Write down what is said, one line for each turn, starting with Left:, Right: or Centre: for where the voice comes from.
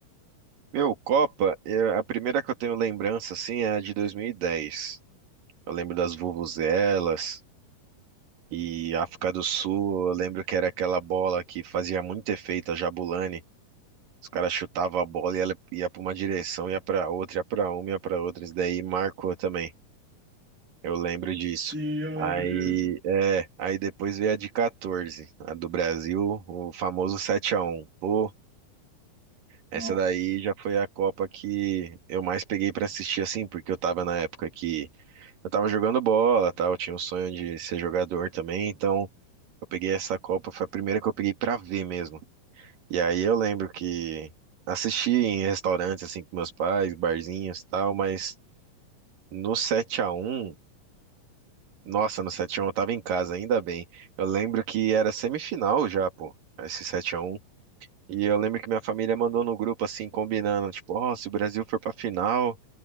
Right: Meu, Copa, eu- a primeira que eu tenho lembrança assim é a de 2010. Eu lembro das vuvuzelas e África do Sul, eu lembro que era aquela bola que fazia muito efeito, a Jabulani Os caras chutavam a bola e ela ia pra uma direção, ia pra outra, ia pra uma, ia pra outra. Isso daí marcou também. Eu lembro disso.
Centre: Sim, eu
Right: Aí,
Centre: lembro disso.
Right: é, aí depois veio a de 14, a do Brasil, o famoso sete a um Pô, essa
Centre: Nossa.
Right: daí já foi a Copa que eu mais peguei pra assistir assim, porque eu tava na época que eu tava jogando bola, tal, eu tinha um sonho de ser jogador também, então eu peguei essa Copa, foi a primeira que eu peguei pra ver mesmo. E aí eu lembro que assisti em restaurantes, assim, com meus pais, barzinhos e tal, mas no sete a um, nossa, no sete a um eu tava em casa, ainda bem. Eu lembro que era semifinal já, pô, esse sete a um E eu lembro que minha família mandou no grupo, assim, combinando, tipo, ó, se o Brasil for pra final,